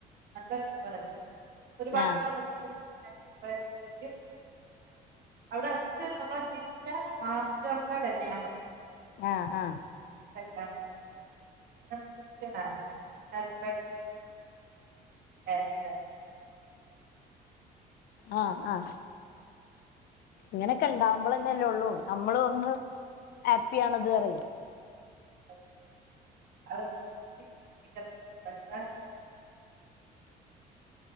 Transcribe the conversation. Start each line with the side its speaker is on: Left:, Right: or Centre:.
Right: നല്ല രസാര്ന്ന് ഒരുപാട്
Left: ആഹ്
Right: നാളേള്ക്ക് ശേ ആവുമ്പത്തേക്ക് അവിടെ <unintelligible> മാഷിന്റോട്ത്തേ കല്യാണ
Left: ആഹ് ആഹ്
Right: കല്യാണ നം സുച്ചനാ <unintelligible> ഏ എ
Left: ആഹ ആഹ ഇങ്ങനെക്കെ ഒണ്ടാവുമ്പോളല്ലെല്ലുള്ളൂ നമ്മള് ഒന്ന് ഹാപ്പിയാണത് വെറെയ്
Right: <unintelligible>